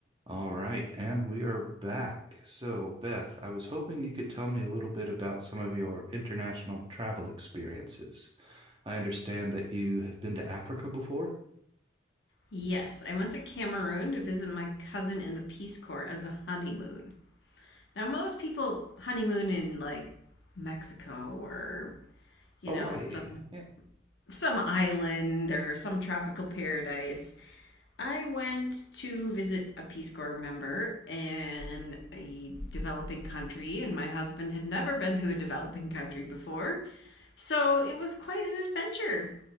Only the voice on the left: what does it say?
Yes, I went to Cameroon to visit my cousin in the Peace Corps as a honeymoon. Now, most people honeymoon in like Mexico or, you
know, some
some island or some tropical paradise. I went to visit a Peace Corps member in a developing country, and my husband had never been to a developing country before. So it was quite an adventure.